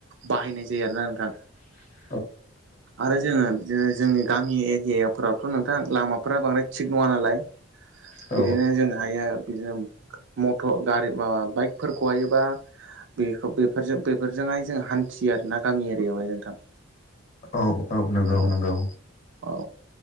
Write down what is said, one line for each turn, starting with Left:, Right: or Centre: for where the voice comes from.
Right: बाहायनाय जायो आरोना नोंथां
Left: <unintelligible>
Right: आरो जोंङो बिदिनो जोंनि गामि एरियायाव फोरावथ नोंथां लामाफोरा बांद्राय थिग नंङा नालाय
Left: औ
Right: बिदिनो जों हायो बिदिनो मथर गारि माबा बाइकफोरखौहायोबा बेखौ बेफोरजों बेफोरजोंहाय जों हान्थियो आरो ना गामि एरियायावहाय नोंथां
Left: औ औ नंगौ
Right: औ
Left: नंगौ
Right: औ